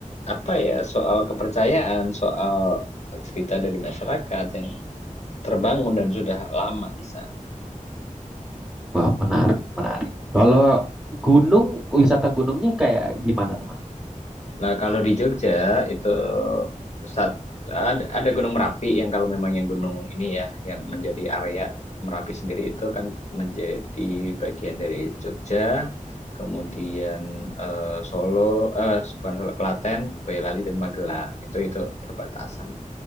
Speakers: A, on the left; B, in the centre.
A: apa ya, soal kepercayaan, soal cerita dari masyarakat yang terbangun dan sudah lama di sana.
B: wah menarik, menarik. Kalau gunung, wisata gunungnya kayak gimana tuh Mas?
A: Nah, kalau di Jogja itu saat ad- ada Gunung Merapi yang kalau memang yang gunung ini ya, yang menjadi area Merapi sendiri itu kan menjadi bagian dari Jogja, kemudian eh, Solo, eh bukan Solo, Klaten, Boyolali dan Magelang. Itu itu perbatasan.